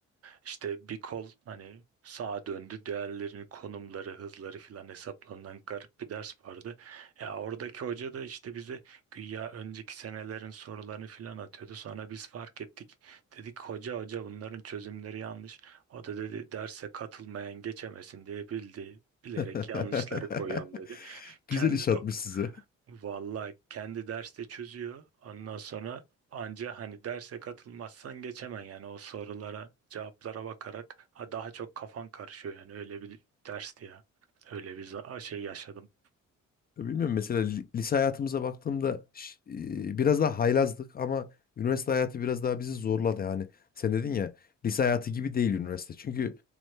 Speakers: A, on the right; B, on the left.
A: İşte bir kol hani sağa döndü diğerlerinin konumları hızları filan hesaplanan garip bir ders vardı. Ya oradaki hoca da işte bize güya önceki senelerin sorularını filan atıyordu. Sonra biz fark ettik. Dedik hoca hoca bunların çözümleri yanlış. O da dedi derse katılmayan geçemesin diye bildi. Bilerek
B: <laughs>
A: yanlışları koyuyorum dedi.
B: Güzel
A: Kendi
B: iş
A: do-
B: atmış size.
A: Vallahi kendi derste çözüyor. Ondan sonra anca hani derse katılmazsan geçemen yani o sorulara, cevaplara bakarak ha daha çok kafan karışıyor yani öyle bir dersti ya. Öyle bir za- şey yaşadım.
B: Ya Bilmiyorum mesela li- lise hayatımıza baktığımda ş- e, biraz daha haylazdık ama üniversite hayatı biraz daha bizi zorladı yani. Sen dedin ya lise hayatı gibi değil üniversite. Çünkü